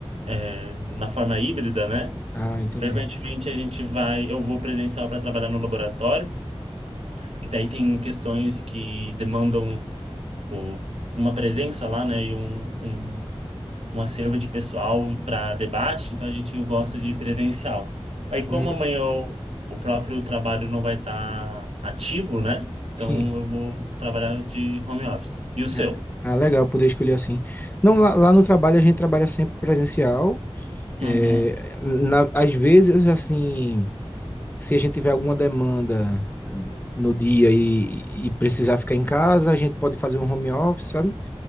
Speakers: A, on the right (about 75°); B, on the left (about 20°).
A: é, na forma híbrida, né?
B: Ah, entendi.
A: Frequentemente a gente vai, eu vou presencial para trabalhar no laboratório, que daí tem questões que demandam o- uma presença lá, né? E um, um, um acervo de pessoal para debate, então a gente gosta de presencial. Aí, como
B: Hum,
A: amanhã eu- o próprio trabalho não vai estar ativo, né?
B: sim.
A: Então eu vou trabalhar de home office. E o seu?
B: Ah, ah, legal poder escolher assim. Não, lá, lá no trabalho a gente trabalha sempre presencial É,
A: Uhum.
B: na- às vezes, assim, se a gente tiver alguma demanda no dia e, e precisar ficar em casa, a gente pode fazer um home office, sabe?